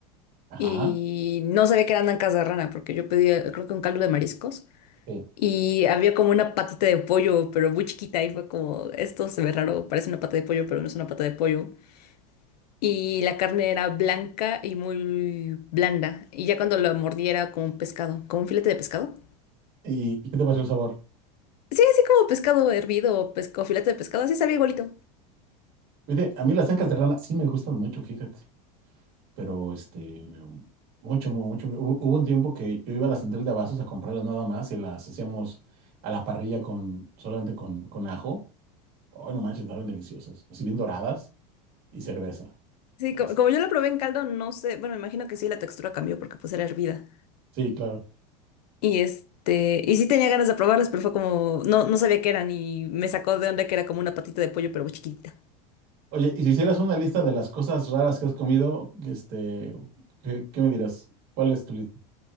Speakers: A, on the right; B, on the left.
A: Ajá.
B: y no sabía que eran ancas de rana porque yo pedía, creo que un caldo de mariscos.
A: Sí.
B: Y había como una patita de pollo, pero muy chiquita. Y fue como, esto se ve raro, parece una pata de pollo, pero no es una pata de pollo. Y la carne era blanca y muy blanda. Y ya cuando la mordí era como un pescado, como un filete de pescado.
A: ¿Y, y qué te pareció el sabor?
B: Sí, así como pescado hervido o pesco, filete de pescado, así sabía igualito.
A: Fíjate, a mí las ancas de rana sí me gustan mucho, fíjate. Pero este, mucho, mu- mucho. Hubo, hubo un tiempo que yo iba a la central de abastos a comprarlas nada más y las hacíamos a la parrilla con, solamente con, con ajo. Ay, no manches, estaban deliciosas. Así bien doradas y cerveza.
B: Sí,
A: Ese.
B: co- como, yo la probé en caldo, no sé, bueno, me imagino que sí, la textura cambió porque pues era hervida.
A: Sí, claro.
B: Y este, y sí tenía ganas de probarlas, pero fue como, no, no sabía qué eran y me sacó de onda que era como una patita de pollo, pero muy chiquitita.
A: Oye, y si hicieras una lista de las cosas raras que has comido, que, este, ¿qué, qué me dirás? ¿Cuál es tu lista?